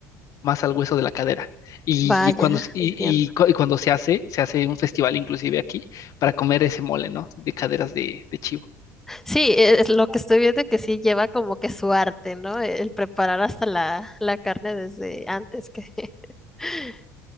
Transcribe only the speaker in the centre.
Vaya,
entiendo.
Sí, e- es lo que estoy viendo que sí lleva como que su arte, ¿no? El preparar hasta la, la carne desde antes que... <laughs>